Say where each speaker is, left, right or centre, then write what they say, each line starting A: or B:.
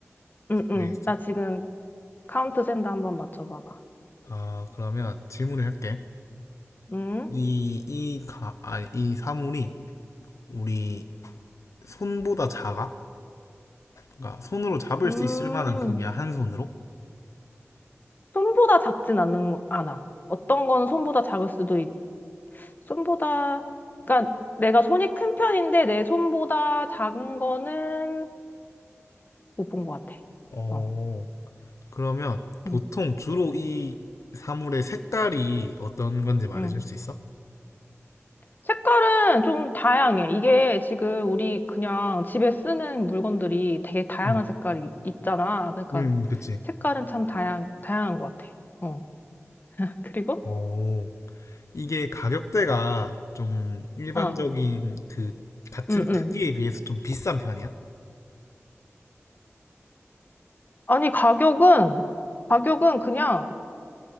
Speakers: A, on the left; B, on the left.
A: 응, 응.
B: 알겠어.
A: 나 지금 카운트 센다 한번 맞춰봐봐.
B: 아 그러면 질문을 할게.
A: 응?
B: 이 이 가 아니 이 사물이 우리 손보다 작아? 그러니까 손으로 잡을
A: 음.
B: 수 있을 만한 크기야 한 손으로?
A: 손보다 작진 않는, 않아. 어떤 거는 손보다 작을 수도 있, 손보다, 그러니까 내가 손이 큰 편인데 내 손보다 작은 거는 못 본 것 같아.
B: 어.
A: 어,
B: 그러면 보통
A: 음,
B: 주로 이 사물의 색깔이 어떤 건지 말해줄
A: 음.
B: 수 있어?
A: 색깔은 좀 다양해. 이게 지금 우리 그냥 집에 쓰는 물건들이 되게 다양한
B: 음,
A: 색깔이 있잖아. 그러니까
B: 음, 그치.
A: 색깔은 참 다양, 다양한 것 같아. 어. <laughs> 그리고?
B: 오, 이게 가격대가 좀 일반적인
A: 어,
B: 그 같은
A: 음,
B: 크기에
A: 음.
B: 비해서 좀 비싼 편이야?
A: 아니, 가격은, 가격은 그냥